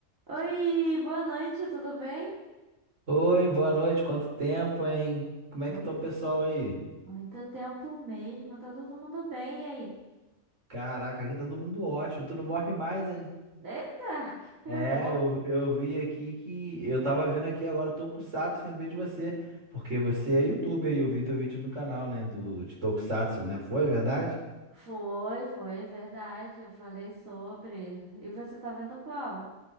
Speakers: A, on the right; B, on the right.
A: Oi, boa noite, tudo bem?
B: Oi, boa noite, quanto tempo, hein? Como é
A: Muito,
B: que tá o pessoal aí?
A: muito tempo mesmo, tá todo mundo bem, e aí?
B: Caraca, aqui tá todo mundo ótimo, tu não morre mais, hein?
A: Eita, <laughs> que
B: É,
A: bom!
B: eu, eu vi aqui que. Eu tava vendo aqui agora Tokusatsu, lembrei de você, porque você é youtuber e eu vi teu vídeo no canal, né? Do, de Tokusatsu, né? Foi verdade?
A: Foi, foi, verdade, eu falei sobre. E você tá vendo qual?